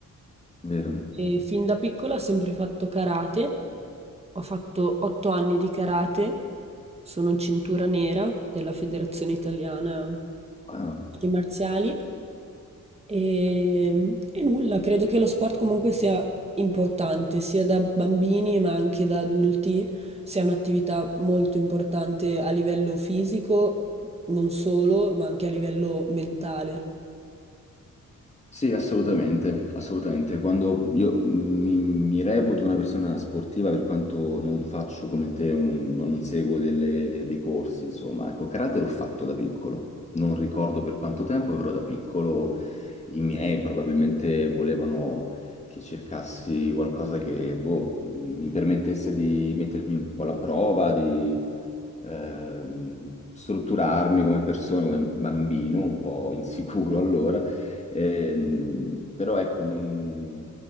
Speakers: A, on the left; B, on the right.
A: Vero?
B: E fin da piccola ho sempre fatto karate. Ho fatto otto anni di karate. Sono cintura nera della Federazione Italiana
A: Ah,
B: Arti Marziali. E, e nulla, credo che lo sport comunque sia importante, sia da bambini ma anche da adulti, sia un'attività molto importante a livello fisico, non solo, ma anche a livello mentale.
A: sì, assolutamente, assolutamente. Quando io mi, mi reputo una persona sportiva per quanto non faccio come te, un- non seguo delle- dei corsi, insomma, ecco, karate l'ho fatto da piccolo. Non ricordo per quanto tempo, però da piccolo i miei probabilmente volevano che cercassi qualcosa che boh, mi permettesse di mettermi un po' alla prova, ehm, strutturarmi come persona, come bambino, un po' insicuro <laughs> allora, ehm, però ecco, non-